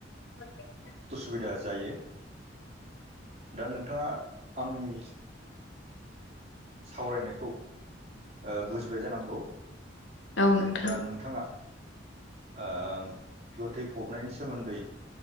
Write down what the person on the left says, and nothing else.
<unintelligible>
औ नोंथां